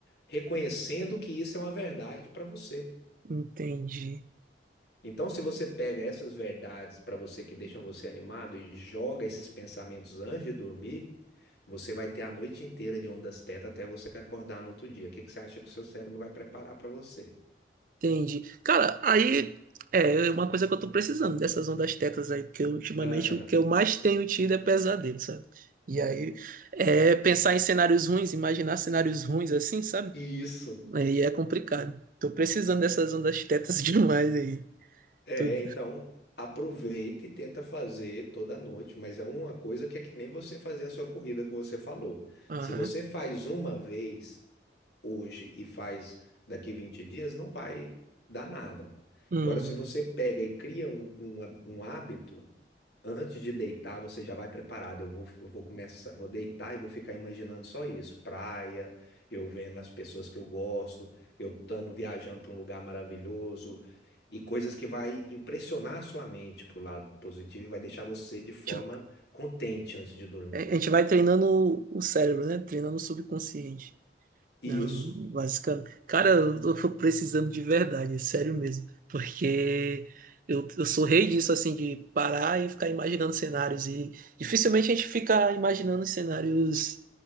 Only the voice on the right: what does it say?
entendi,
entendi. Cara, aí é uma coisa que eu tô precisando dessas ondas tetas aí, porque ultimamente
o que eu mais tenho tido é pesadelo, sabe? E aí é pensar em cenários ruins, imaginar cenários ruins assim, sabe?
Aí é complicado. Tô precisando dessas ondas tetas <laughs> demais aí.
Tô-
Aham.
Hum.
Tipo,
A gente vai treinando o cérebro, né? Treinando o subconsciente.
Não, basicamente. Cara, eu tô precisando de verdade, é sério mesmo. Porque eu, eu sou rei disso, assim, de parar e ficar imaginando cenários. E dificilmente a gente fica imaginando cenários